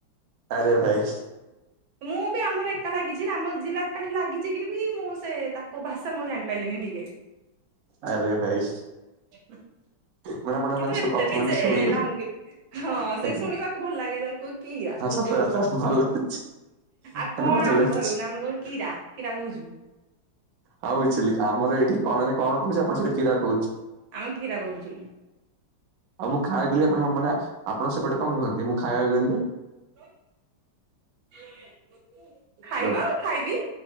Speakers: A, on the right; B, on the right.
A: ଆରେ ଭାଇ
B: ମୁଁ ବି ଆମର ଏକା ଲାଗିଛି ନା ଆମ ଜିଲ୍ଲା ଏକାଠି ଲାଗିଚି କିରି ବି ମୁଁ ସେ ତାଙ୍କ ଭାଷା ମୁଁ ଜାଣିପାଇଲିନି ଟିକେ।
A: ଆରେ ଭାଇ
B: <inaudible>
A: ମାନେ ଆପଣ
B: କିନ୍ତୁ
A: ମାନେ ସବୁ
B: ଏତେ
A: କଥା
B: ବି
A: ମାନେ
B: ସେ
A: ଶୁଣିକି
B: <unintelligible> ହଁ ସେ
A: ଆଜ୍ଞା
B: ଶୁଣିବାକୁ ଭଲ ଲାଗେ <unintelligible> <unintelligible> କିରା
A: ହଁ
B: କୋହୁଚୁ।
A: ସତ କଥା ଭଲ ଲାଗୁଛି
B: ଆଉ
A: ମାନେ
B: କଣ
A: ମଜା
B: ଆମେ
A: ଲାଗୁଛି।
B: କହିବୁନି ଆମେ କହିବୁ କୀରା କୀରା କୋହୁଚୁ।
A: ହଁ ବୁଝିଲି ଆମର ଏଇଠି କ ମାନେ କଣ କୋହୁଚୁ ଆପଣଙ୍କ <unintelligible> କିରା କୋହୁଛୁ।
B: ଆମେ କିରା କୋହୁଚୁ।
A: ଆଉ ମୁଁ ଖାଇବାକୁ ଗଲି ଆପଣ <unintelligible> ମାନେ ଆପଣ ସେପଟେ କଁ କୁହନ୍ତି ମୁଁ ଖାଇବାକୁ ଗଲି।
B: <unintelligible> ଖାଇବା
A: ହାଲୋ
B: ଖାଇବି